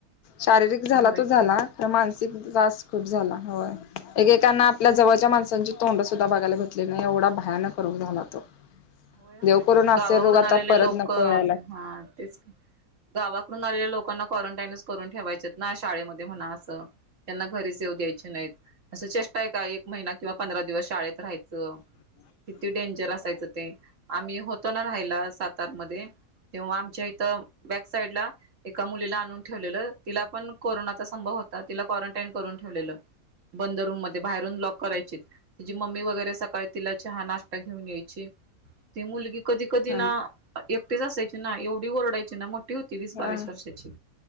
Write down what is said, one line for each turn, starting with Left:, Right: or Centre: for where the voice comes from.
Left: शारीरिक झाला
Right: होय
Left: तो झाला
Right: की
Left: तर मानसिक त्रास खूप झाला एकेकाना आपल्या जवळच्या माणसांचे तोंड सुद्धा बघायला घेतले नाही एवढा भयानक करून झाला तो
Right: होय होय
Left: देव करून असे
Right: गावावरून
Left: रोग आता
Right: आलेले
Left: परत
Right: लोक
Left: नको
Right: हा
Left: यायला
Right: तेच. गावाकडून आलेल्या लोकांना क्वारंटाईनच करून ठेवायचे ना शाळेमध्ये म्हणा असं. त्यांना घरीच येऊ द्यायचे नाहीत असं चेष्टा आहे का एक महिना किंवा पंधरा दिवस शाळेत राहायचं.
Left: ह्.
Right: किती डेंजर असायचं. मी होतो ना राहिला सातार मध्ये तेव्हा आमच्या इथं बॅक साइडला एका मुलीला आणून ठेवलेलं तिला पण कोरोनाचा संभव. होता तिला क्वरणटाईण करून ठेवलेल. बंद रूम मध्ये बाहेरून लॉक करायची तिचीी मम्मी वगैरे सकाळी तिला चहा नाश्ता घेऊन यायची. तेी मुलगी कधी कधी
Left: हा
Right: ना एकटेच असायची ना एवढी ओरडायची ना. होती वीस बावीस
Left: हा
Right: वर्षाची